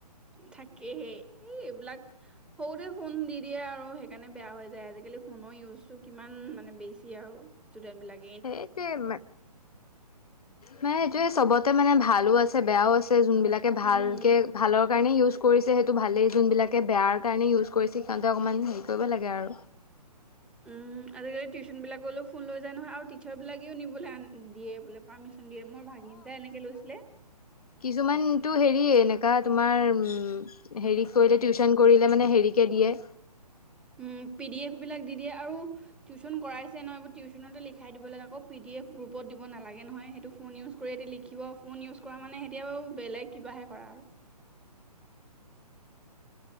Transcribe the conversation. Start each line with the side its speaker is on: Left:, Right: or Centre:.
Centre: থাকেহে, এই এইবিলাক সৰুতে ফোন দি দিয়ে আৰু সেইকাৰণে বেয়া হৈ যায়। আজিকালি ফোনৰ ইউজটো কিমান মানে বেছি আৰু। স্তুদেন্ত বিলাক।
Left: সেইতোৱে মানে। মানে এইটোয়ে চবতে মানে ভালো আছে বেয়াও আছে। যোনবিলাকে ভালকে
Centre: উম
Left: ভালৰ কাৰণেই ইউজ কৰিছে সেইটো ভালেই। যোনবিলাকে বেয়াৰ কাৰণে ইউজ কৰিছে সিহঁতে অকণমান হেৰি কৰিব লাগে আৰু।
Centre: উমঁ' আজিকালি টিউচন বিলাকলৈও ফোন লৈ যায় নহয় আৰু টিচাৰ বিলাকেও নিবলৈ আন দিয়ে বোলে। পাৰ্মিশন দিয়ে। মোৰ ভাগিন এটাই এনেকে লৈছিলে।
Left: কিছুমানটো হেৰিয়ে এনেকুৱা তোমাৰ হেৰি কৰিলে টিউচন কৰিলে মানে হেৰিকে দিয়ে।
Centre: উমঁ' পিডিএফ বিলাক দি দিয়ে আৰু টিউচন কৰাইছে নহয়, এইবোৰ টিউচনতে লিখাই দিব লাগে। আকৌ পিডিএফ গ্ৰুপত দিব নালাগে নহয়। সেইটো ফোন ইউজ কুৰে দি লিখিব, ফোন ইউজ কৰা মানে সিহঁতে আৰু বেলেগ কিবাহে কৰা আৰু।